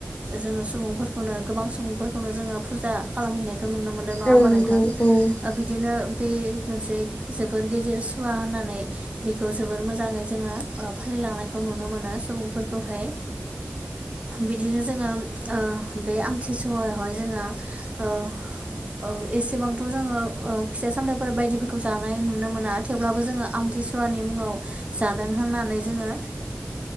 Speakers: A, on the right (about 30°); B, on the left (about 30°).
A: जोङो सुबुंफोरखौनो गोबां सुबुंफोरखौनो जोङो फुजा खालामहैनाय खौ नुनो मोन्दों नङा
B: औ
A: होमा
B: नंगौ
A: नोंथां
B: औ
A: बिदिनो बे मोनसे जोबोर गेजेर सुवा होननानै बेखौ जोबोर मोजाङै जोङो फालिलांनायखौ नुनो मोनो सुबुंफोरखौहाय बिदिनो जोङो बे आमथि सुवा आवहाय जोङो ओ औ एसेबांथ' जोङो फिथाइ सामथायफोर बायदिफोरखौ जानाय नुनो मोना। थेवब्लाबो जोङो आमथिसुवानि मुङाव जादों होननानै जोङो